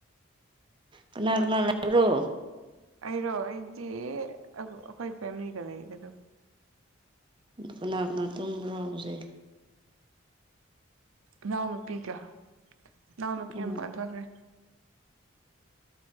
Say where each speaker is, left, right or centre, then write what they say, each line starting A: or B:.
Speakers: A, on the right; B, on the right.
A: ꯀꯅꯥ ꯀꯅꯥ ꯂꯩꯕ꯭ꯔꯣ
B: ꯑꯩꯔꯣ ꯑꯩꯗꯤ ꯑꯩꯈꯣꯏ ꯐꯦꯃꯤꯂꯤꯒ ꯂꯩꯗꯦ ꯑꯗꯨꯝ
A: ꯑꯗꯨ ꯀꯅꯥ ꯀꯅꯥ ꯇꯨꯝꯕ꯭ꯔꯣ ꯍꯧꯖꯤꯛ
B: ꯏꯅꯥꯎ ꯅꯨꯄꯤꯒ ꯏꯅꯥꯎ ꯅꯨꯄꯤ
A: ꯎꯝ
B: ꯃꯄꯥꯟꯊꯣꯛꯈ꯭ꯔꯦ